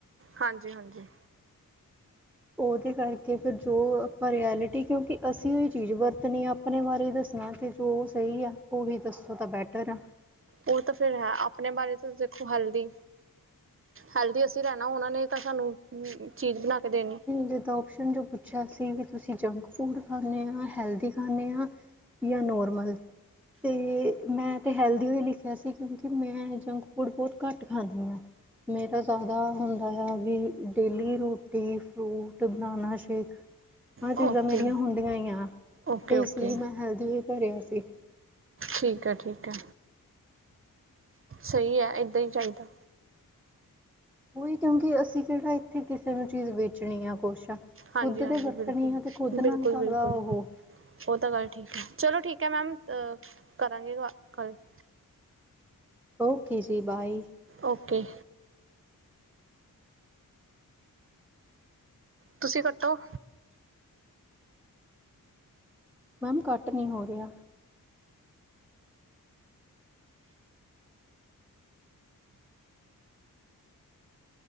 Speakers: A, on the right; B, in the centre.
A: ਹਾਂਜੀ ਹਾਂਜੀ।
B: ਉਹਦੇ ਕਰਕੇ ਫਿਰ ਜੋ ਆਪਾਂ ਰਿਐਲਿਟੀ। ਕਿਉਂਕਿ ਅਸੀਂ ਉਹ ਇਹ ਚੀਜ਼ ਵਰਤਣੀ ਆ। ਆਪਣੇ ਬਾਰੇ ਦੱਸਣਾ ਅਤੇ ਜੋ ਸਹੀ ਆ ਉਹ ਵੀ ਦੱਸੋ ਤਾਂ ਬੈਟਰ ਐ।
A: ਉਹ ਤਾਂ ਫੇਰ ਹੈ। ਆਪਣੇ ਬਾਰੇ ਤੁਸੀ ਦੇਖੋ ਹੈਲਦੀ ਹੈਲਦੀ ਅਸੀਂ ਰਹਿਣਾ ਉਹਨਾਂ ਨੇ ਤਾਂ ਸਾਨੂੰ, ਚੀਜ਼ ਬਣਾ ਕੇ ਦੇਣੀ।
B: ਜਦੋਂ ਪੁੱਛਿਆ ਸੀ। ਵੀ ਤੁਸੀਂ ਜੰਕ ਫੂਡ ਖਾਂਦੇ ਆ, ਹੈਲਦੀ ਖਾਂਦੇ ਆ। ਜਾਂ ਨੋਰਮਲ। ਅਤੇ ਮੈਂ ਤਾਂ ਹੈਲਦੀ ਹੋ ਹੀ ਲਿਖਿਆ ਸੀ। ਕਿਉਂਕਿ ਮੈਂ ਜੰਕ ਫੂਡ ਬਹੁਤ ਘੱਟ ਖਾਂਦੀ ਆ। ਮੇਰਾ ਜ਼ਿਆਦਾ ਹ ਹੈ ਵੀ, ਡੇਲੀ ਰੂਟੀਨ ਫਰੂਟ ਬਣਾਣਾ ਆਸੀ ਆ ਚੀਜ਼ਾਂ
A: ਓਕੇ
B: ਮੇਰੀਆਂ ਹੁੰਦੀਆਂ ਹੀ ਆ।
A: ਓਕੇ ਓਕੇ
B: ਇਸ ਲਈ ਮੈਂ ਹੈਲਦੀ ਵੀ ਭਰਿਆ ਸੀ।
A: ਠੀਕ ਹੈ। ਠੀਕ ਹੈ। ਸਹੀ ਹੈ। ਇੱਦਾਂ ਹੀ ਚਾਹੀਦਾ।
B: ਉਹੀ ਕਿਉਂਕਿ, ਅਸੀਂ ਕਿਹੜਾ ਇੱਥੇ ਕਿਸੇ ਨੂੰ ਚੀਜ਼ ਵੇਚਣੀ ਆ ਕੁਛ ਆ।
A: ਹਾਂਜੀ
B: ਖੁਦ
A: ਹਾਂਜੀ
B: ਤੇ ਵਰਤਣੀ
A: ਬਿਲਕੁਲ
B: ਆ। ਤੇ ਖੁੱਦ
A: ਬਿਲਕੁਲ
B: ਨਾਲ ਕਾਹਦਾ
A: ਬਿਲਕੁਲ
B: ਉਹ
A: ਉਹ ਤਾਂ ਗੱਲ ਠੀਕ ਹੈ। ਚਲੋ ਠੀਕ ਹੈ। ਮੈਮ ਕਰਾਂਗੇ ਕੱਲ <inaudible>
B: ਓਕੇ ਜੀ ਬਾਏ
A: ਓਕੇ ਤੁਸੀਂ ਕੱਟੋ
B: ਮੈਮ ਘੱਟ ਨਹੀਂ ਹੋ ਰਿਹਾ